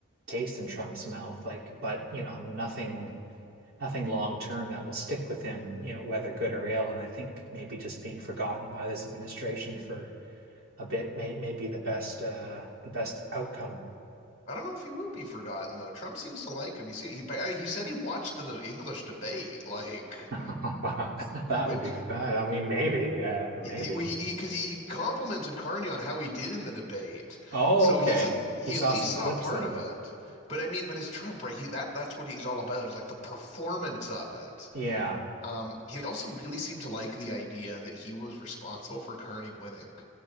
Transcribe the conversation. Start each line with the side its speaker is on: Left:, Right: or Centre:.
Right: taste in Trump's mouth, like, but you know, nothing nothing long term that will stick with him, you know, whether good or ill. And I think maybe just being forgotten by this administration for a bit may may be the best uh the best outcome.
Left: I don't know if he will be forgotten though. Trump seems to like him. He se- he, he said he watched the de- English debate, like
Right: <laughs> Wow. That
Left: which
Right: would be fun. I mean, maybe, yeah, maybe.
Left: He, we because he, he complimented Carney on how he did in the debate,
Right: Oh,
Left: so
Right: okay.
Left: he's he
Right: He saw
Left: at least
Right: some
Left: saw
Right: clips
Left: part
Right: then.
Left: of it. But I mean, but it's Trump, right? He that that's what he's all about is like the performance of it.
Right: Yeah,
Left: Um, he also really seemed to like the idea that he was responsible for Carney winning.